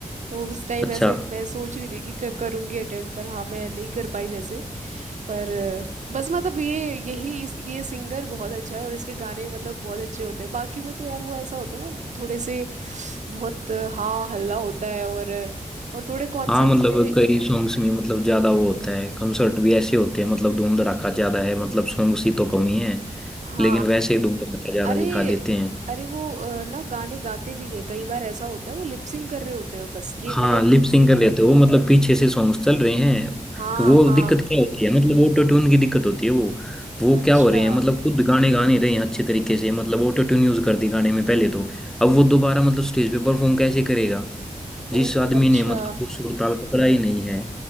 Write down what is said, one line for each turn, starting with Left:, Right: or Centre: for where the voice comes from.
Right: तो उस टाइम
Centre: अच्छा
Right: ऐसे मैं सोच रही थी कि कर, करूंगी अटेंड पर हाँ मैं नहीं कर पाई वैसे पर अ, बस मतलब ये यही इस ये सिंगर बहुत अच्छा है और इसके गाने मतलब बहुत अच्छे होते हैं बाकी में तो यार वो ऐसा होता है ना थोड़े से बहुत अ, हाँ हल्ला होता है और अ, और थोड़े कॉन्सर्ट्स
Centre: हाँ मतलब
Right: में
Centre: कई सॉन्ग्स में मतलब ज्यादा वो होता है कंसर्ट भी ऐसे होते हैं मतलब धूम धड़ाका ज्यादा है मतलब सॉन्ग्स ही तो कम ही है
Right: हाँ
Centre: लेकिन वैसे ही धूम धड़ाका ज्यादा
Right: अरे
Centre: दिखा देते हैं
Right: अरे वो अ, ना गाने गाते भी नहीं कई बार ऐसा होता है वो लिपसिंग कर रहे होते हैं बस ये
Centre: हाँ
Right: मैंने
Centre: लिप सिंग कर लेते हो मतलब पीछे से सॉन्ग्स चल रहे हैं
Right: हाँ
Centre: तो वो
Right: हाँ
Centre: दिक्कत क्या होती है मतलब ऑटो ट्यून की दिक्कत होती है वो वो
Right: अच्छा
Centre: क्या हो रहे हैं मतलब खुद गाने गा नहीं रहे हैं अच्छे तरीके से मतलब ऑटो ट्यून यूज कर दी गाने में पहले तो अब वो दोबारा मतलब स्टेज पे परफॉर्म कैसे करेगा
Right: ओ
Centre: जिस आदमी
Right: अच्छा
Centre: ने मतलब वो सुर ताल पकड़ा ही नहीं है